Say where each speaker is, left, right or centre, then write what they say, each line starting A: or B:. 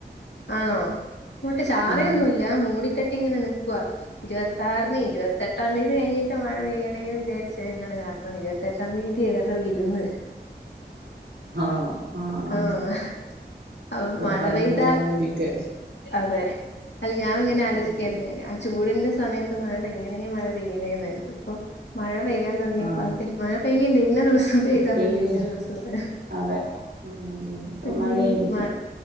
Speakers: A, on the left; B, on the right.
A: ആണോ അങ്ങോട്ട് ചാറിയൊന്നും
B: ആഹ്
A: ഇല്ല മൂടിക്കെട്ടി ഇങ്ങനെ നി ക്കുവാ ഇരുവ കാരണം ഇരുപത്തെട്ടാം തീയതി കഴിഞ്ഞിട്ട് മഴ പെയ്യണേ വിചാരിച്ചാ ഞങ്ങള് കാരണം ഇരുപത്തെട്ടാം തീയതി ഇവരുടെ വിരുന്ന്
B: ആണോ ആ ആ
A: ആഹ് അപ്പൊ
B: അപ്പോ
A: മഴ
B: അതിന്
A: പെയ്താൽ
B: പോവാൻ വേണ്ടീട്ട്
A: അതെ അല്ല ഞാൻ ഇങ്ങനെ ആലോചിക്കായിരുന്നു
B: ആഹ്
A: ആ ചൂട് ടിന്റെ സമയത്ത് മഴ പെയ്യണേ മഴ പെയ്യണെന്നായ്രുന്നു ഇപ്പൊ മഴ പെയ്യാൻ തൊടങ്ങിയാപ്പാക്ക്
B: ആഹ്
A: മഴ പെയ്യല്ലേ ഇന്ന ദിവസം പെയ്താ
B: ഇപ്പ
A: മതി
B: ഈ
A: ഇന്ന ദിവസം മഴ
B: അതെ ഉം ഇപ്പൊ
A: എന്തിന്
B: മഴയായിരിക്കും
A: മഴ